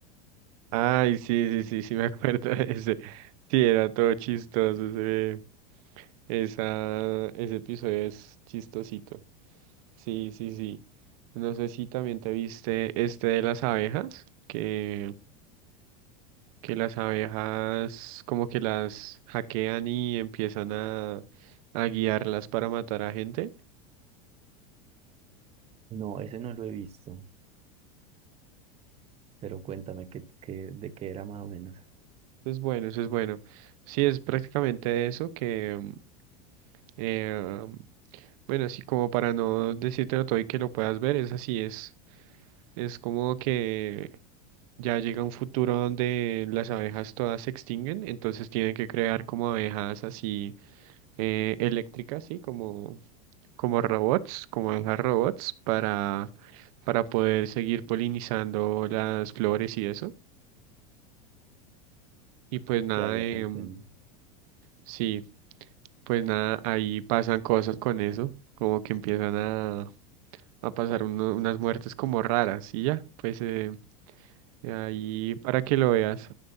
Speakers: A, on the right (about 60°); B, on the right (about 30°).
A: Ay, sí, sí, sí, sí, <laughs> me acuerdo de ese. Sí, era todo chistoso. Ese, esa, ese episodio es chistosito. Sí, sí, sí. No sé si también te viste este de las abejas, que, que las abejas como que las hackean y empiezan a, a guiarlas para matar a gente.
B: No, ese no lo he visto, pero cuéntame qué, qué- de qué era más o menos.
A: Eso es bueno, eso es bueno. Sí, es prácticamente eso que, mm, eh, bueno, así como para no decírtelo todo y que lo puedas ver, es así, es, es como que Ya llega un futuro donde las abejas todas se extinguen, entonces tienen que crear como abejas así eh, eléctricas, ¿sí? Como, como robots, como abejas robots para, para poder seguir polinizando las flores y eso. Y pues nada,
B: Ya, ya
A: de,
B: te entiendo.
A: mm, sí, pues nada, ahí pasan cosas con eso, como que empiezan a, a pasar uno- unas muertes como raras y ya, pues eh, ahí para que lo veas.